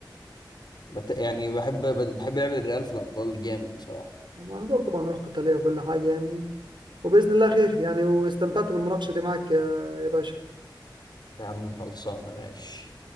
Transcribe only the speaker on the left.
بت... يعني بحب بحب لعب الريال في الابطال جامد بصراحه
يا عم خلصانه ماشي